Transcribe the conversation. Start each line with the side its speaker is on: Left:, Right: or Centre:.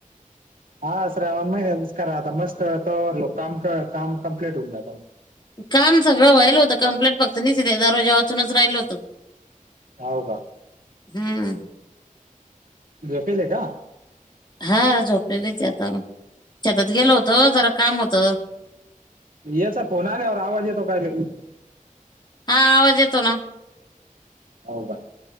Right: हा श्रावण महिनातंच करा आता मस्त तरलो काम करा काम कम्प्लीट होऊन जाता.
Left: काम सगळं व्हायल होतं कंप्लीट फक्त निचित दरवाजा वाचूनच राहिल होतं.
Right: हाव का?
Left: हम्म.
Right: झोपलेला का?
Left: हा झोपलेलीच आता शेतात गेलं होत जरा काम होतं.
Right: याचा फोन आल्यावर आवाज येतो काय लगेच?
Left: हा आवाज येतो ना
Right: हाव का?